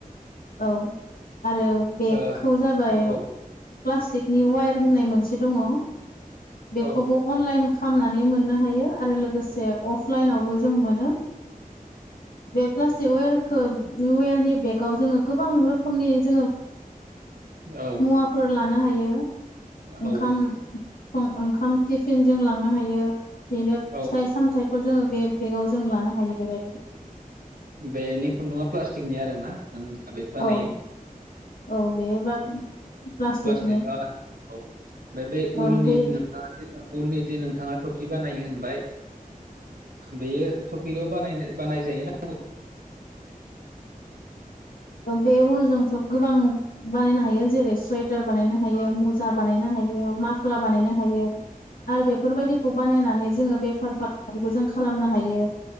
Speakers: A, on the left (about 85°); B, on the right (about 80°).
A: औ आरो बेगखौ
B: औ
A: जाबाय
B: ओ
A: प्लास्टिकनि वायार होननाय मोनसे दङ बेखौबो
B: औ
A: अनलाइन खामनानै मोननो हायो आरो लोगोसे अफलाइनावबो जों मोनो बे प्लास्टिक वेरखौ वेरनि बेगाव जोङो गोबां रोखोमनि जोङो
B: औ
A: मुवाफोर लानो हायो
B: औ
A: ओंखाम सं ओंखाम टिफिनजों लांनो हायो बेनो
B: औ
A: फिथाइ सामथाइफोर जोङो बे बेगाव जों लानो हायो बेबायदि
B: बेनि खुन्दुा प्लास्टिकनि आरो ना नों आ बेग बा
A: औ
B: नयो
A: औ बे बा प्लास्टिकनि
B: प्लास्टिकआ औ ओमफ्राय बे
A: औ
B: उलनि
A: बे
B: नोंथा उलनि दि नोंथाङा टफि बानायो होनबाय बेयो थफिल' बानाय बानाय जायोना <inaudible>
A: बे उलजोंथ' गोबां बानायनो हायो जेरै सुवेटार बानायनो हायो मुजा बानायनो हायो हायो माफ्ला बानायनो हायो आरो बेफोरबायदिखौ बानायनानै जोङो बेफार फालांगिबो जों खालामनो हायो